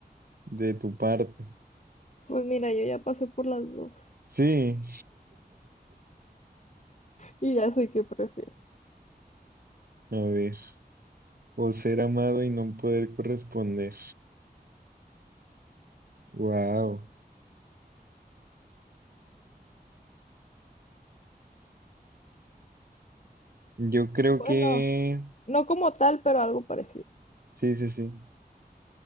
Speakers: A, on the right; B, on the left.
A: De tu parte.
B: Pues mira, yo ya pasé por las dos
A: Sí.
B: y ya sé qué prefiero.
A: A ver. O ser amado y no poder corresponder. Wow. yo creo
B: Bueno,
A: que...
B: no como tal, pero algo parecido.
A: Sí, sí, sí.